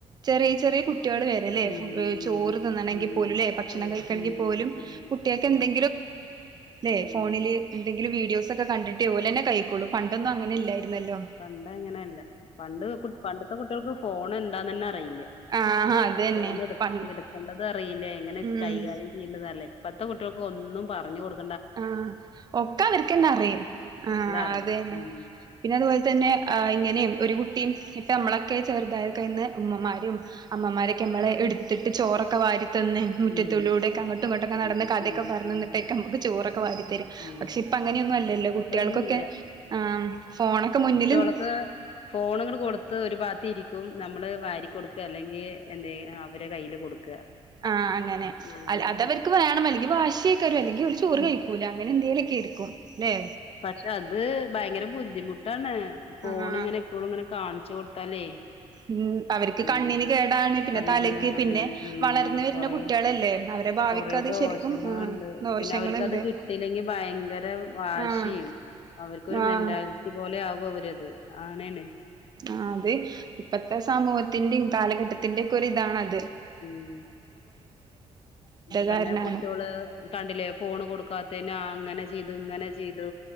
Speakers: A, on the right (about 35°); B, on the left (about 55°).
A: ചെറിയ ചെറിയ കുട്ട- കുട്ടിക വരല്ലേ
B: ഉം ഉം
A: ചോറ്തിന്നണെങ്കിൽ
B: ഉം
A: പോലുംല്ലേ ഭക്ഷണം
B: ചോറ്
A: കഴെങ്ക
B: ഉം
A: പോലും
B: ആഹ്
A: കുട്ടികൾെ
B: ഉം
A: എന്തെ ല്ല
B: ഉം
A: ഫോണ എന്തെങ്കിലും വീഡിയോസ് െ കണ്ടിട്ട് പോലെന്നെ കഴിക്കോളൂ പണ്ടൊന്നും അങ്ങനെല്ലായിരുന്നല്ലോ
B: പണ്ട എങ്ങനെയല്ല പണ്ട് പണ്ടത്തെ കുട്ടികൾക്ക് ഫോൺ എന്താന്ന് തന്നെ അറിയില്ല
A: ആഹ് അതന്നെ
B: ഫോണ് എടു
A: പണ്ട്
B: എടുക്കണ്ടത ല്ല എങ്ങനെ
A: ഉം
B: കൈകാര്യം ചെയ്യേണ്ടല്ലേ ഇപ്പത്തെ കുട്ടികൾക്ക് ഒന്നും പറഞ്ഞു കൊടു-
A: ആ ഒക്കെ അവർക്ക്െന്നെ അറിയും ആ
B: എല്ലാം അറിയാം
A: അതെ
B: ഉം
A: പിന്നെ അതുപോലെ തന്നെ ആ ഇങ്ങനെയും ഒരു കുട്ടിയും ഇപ്പ നമ്മളൊക്കെ ചെറുതായി കഴിയുന്ന ഉമ്മമാരും- അമ്മമാരൊക്കെ നമ്മളെ എടുത്തിട്ട് ചോറൊക്കെ വാരി- അന്ന് മുറ്റത്തുള്ളിലൂടെൊക്കെ
B: ഉം
A: അങ്ങട്ടും ഇങ്ങോട്ടൊക്കെ
B: ഉം
A: നടന്ന് കഥയൊക്കെ
B: ഉം
A: പറന്നിട്ടൊക്കെ-
B: ഉം
A: ചൂറൊക്കെ വാരിത്തരും
B: ഉം
A: പക്ഷെ ഇപ്പ അങ്ങനെയൊന്നും അല്ലല്ലോ കുട്ടികൾക്കൊക്കെ
B: ഇപ്പൊന്നുമില്ല
A: ആ ഫോണൊക്കെ മുന്നിലും-
B: ോ <inaudible> കൊടുത്ത് ഒരു ഭാഗത്ത് ഇരിക്കും നമ്മള് വാരി കൊടുക്കുക അല്ലെങ്കിൽ എന്ത അവരെ കയ്യില് കൊടുക്കുക
A: ആഹ് അങ്ങനെ
B: അങ്ങനെ
A: അത് അവർക്ക് വേണം അല്ലെങ്കിൽ വാിയേക്കാും അല്ലെങ്കിൽ അവ ചോറ്
B: ഉം
A: കഴിക്കൂല അങ്ങനെ എന്തേലൊക്കെ ആയിരിക്കും ല്ലേ
B: പക്ഷെ അത് ഭയങ്കര ബുദ്ധിമുട്ടാണ് ഫോണ്
A: ആഹ്
B: ഇങ്ങനെ എപ്പോഴും ഇങ്ങനെ കാണ ണിച്ചു കൊടുത്താലേ
A: ഉ അവർക്ക് കണ്ണിന്
B: ഉം
A: കേടാണ് പിന്നെ
B: കണ്ണിന്
A: തലക്ക് പിന്നെ
B: ഉം ഉം
A: വളർന്ന് വരുന്ന
B: കൊറേ
A: കുട്ടികളല്ലേ അവരെ- ഭാവിക്ക്
B: കൊറേ
A: അത്
B: ദോഷങ്ങളുണ്ട്
A: ശരിക്കും ആഹ് ദോഷങ്ങളുണ്ട്
B: പിന്നെ അവർക്ക്ത് കിട്ടല്ലെങ്കി ഭയങ്കര വാശിയും
A: ആഹ്
B: അവർക്കൊരു
A: ആഹ്
B: മെന്റാലിറ്റി പോലെ ആവും അവരത് അനണെ
A: ആ അത ഇപ്പത്തെ സമൂഹത്തിന്റെയും കാലഘട്ടത്തിന്റെ ഒക്കെ ഒ ഇതാണത്
B: ഉ പിന്നെ
A: കാരണാണ്
B: കുട്ടികള് കണ്ടില്ലേ ഫോണ് കൊടുക്കാത്ത അങ്ങനെ- ചെയ്തു ഇങ്ങനെ ചെയ്തു